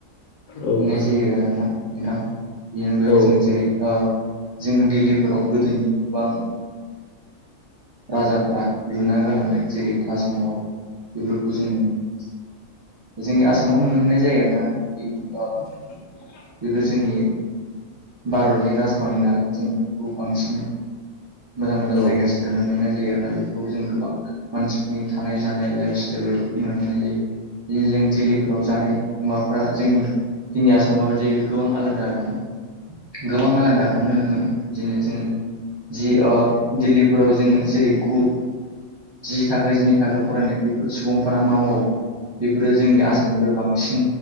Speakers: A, on the left (about 70°); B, on the right (about 45°).
A: औ
B: नुनाय जायो आरो ना नोंथां। बेनि अनगायैबो
A: औ
B: जों जेरै जोङो दिल्लीफोराव गोदोनि गोबां राजाफ्रा लुना गालांनाय जेरै ताजमहल बेफोरखौ जों जोंनि आसामाव नुनो मोननाय जायो आरोना <unintelligible>
A: <unintelligible>
B: गोदो जोंनि भारतनि राजथावनि नालाय जों बांसिन मोजां मोजां
A: औ
B: जायगासिन नुनो मोननाय जायो आरोना बेफोरखौ जों गोबां मानसिफोरनि थानाय जानाय लाइफ स्टाइलफोरखौ नुनो मोननाय जायो। दिनै जों दिल्लीफोराव जानाय माबाफ्रा जोंनि जोंनि आसाम <unintelligible> आलादा आरो ना गोबां आलादाखौनो नुनो मोनो। बिदिनो जोङो जि ओ दिल्लीफोराव जोङो जेरै गु जि थाखो जिनि थाखो फरायनाय बेफोर सुबुंफोरा मा मावो बेफोरो जोंनि आसामनिबो बांसिन